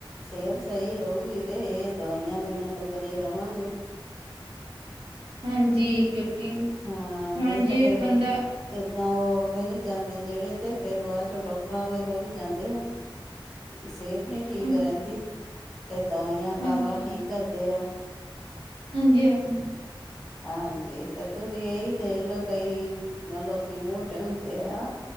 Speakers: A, in the centre; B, on the right (about 80°).
A: ਸਿਹਤ ਸਹੀ ਰਹੂਗੀ ਤੇ ਇਹ ਦਵਾਈਆਂ ਦੁਈਆਂ ਤੋਂ ਬਚੇ ਰਹਾਂਗੇ‌।
B: ਹਾਂਜੀ। ਕਿਉਂਕਿ
A: ਹਾਂ ਨਹੀਂ
B: ਹੁਣ ਜੇ
A: ਤਾਂ ਫੇਰ
B: ਬੰਦਾ
A: ਏਦਾਂ ਉਹ ਵੋਕ ਤੇ ਨੀ ਜਾਂਦੇ, ਜਿਹੜੇ ਤੇ ਫੇਰ ਬਾਅਦ ਚ ਡਾਕਟਰਾਂ ਦੇ ਕੋਲ ਹੀ ਜਾਂਦੇ ਆ‌। ਸਿਹਤ ਨੀ ਠੀਕ
B: ਹਾਂਜੀ
A: ਰਹਿੰਦੀ‌। ਫੇਰ ਦਵਾਈਆਂ
B: ਹਾਂਜੀ
A: ਖਾ- ਖਾ ਠੀਕ ਕਰਦੇ ਆ।
B: ਹਾਂਜੀ-ਹਾਂਜੀ।
A: ਹਾਂਜੀ। ਤੇ ਤੁਸੀਂ ਇਹੀ ਦੇਖ ਲਓ, ਕਈ ਲੋਕੀ ਮੋਟੇ ਹੁੰਦੇ ਆ।